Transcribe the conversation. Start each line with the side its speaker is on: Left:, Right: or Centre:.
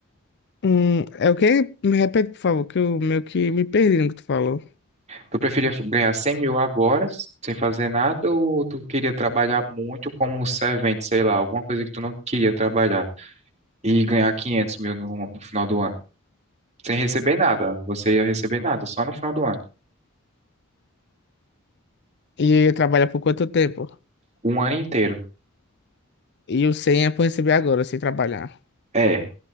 Left: Hum, é o que? Me repete, por favor, que eu meio que me perdi no que tu falou.
Right: Tu preferia ganhar cem mil agora, sem fazer nada, ou tu queria trabalhar muito como um servente, sei lá, alguma coisa que tu não queria trabalhar e ganhar 500 mil no no final do ano? sem receber nada. Você ia receber nada, só no final do ano.
Left: E trabalha por quanto tempo?
Right: Um ano inteiro.
Left: E o 100 é pra receber agora, sem trabalhar.
Right: É.